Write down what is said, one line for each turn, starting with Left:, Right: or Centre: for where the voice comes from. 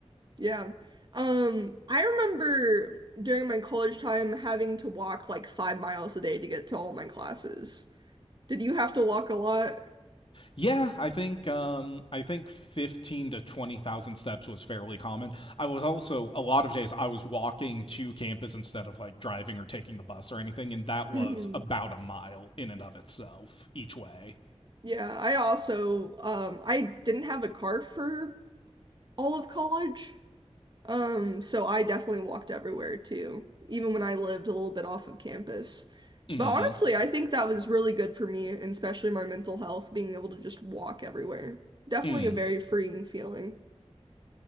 Right: Yeah. Um, I remember during my college time having to walk like five miles a day to get to all my classes. Did you have to walk a lot?
Left: Yeah, I think um, I think fifteen to twenty thousand steps was fairly common. I was also a lot of days I was walking to campus instead of like driving or taking the bus or anything, and that was
Right: hmm
Left: about a mile in and of itself each way.
Right: Yeah, I also um I didn't have a car for all of college. Um, so I definitely walked everywhere too, even when I lived a little bit off of campus.
Left: Mm-hmm.
Right: But honestly, I think that was really good for me, and especially my mental health, being able to just walk everywhere. Definitely
Left: Mm.
Right: a very freeing feeling.